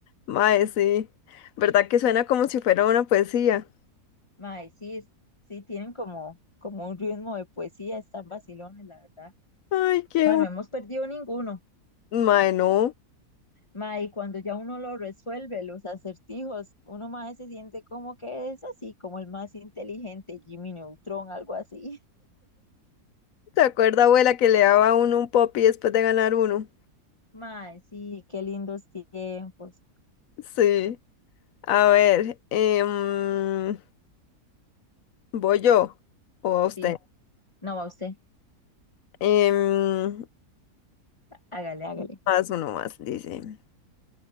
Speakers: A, on the left; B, on the left.
A: Mae, sí. ¿Verdad que suena como si fuera una poesía?
B: Mae, sí, es- sí tienen como, como un ritmo de poesía, están vacilones, la verdad.
A: Ay, qué.
B: Bueno,
A: bu-
B: hemos perdido ninguno.
A: Mae, no.
B: mae y cuando ya uno lo resuelve, los acertijos, uno más se siente como que es así, como el más inteligente, Jimmy Neutron, algo así.
A: ¿Te acuerdas, abuela, que le daba a uno un popi después de ganar uno?
B: <laughs> mae sí, qué lindos tiempos.
A: Sí. A ver, em, ¿voy yo o a usted?
B: Sí, no va usted,
A: Em,
B: hágale, hágale.
A: más uno más, dice.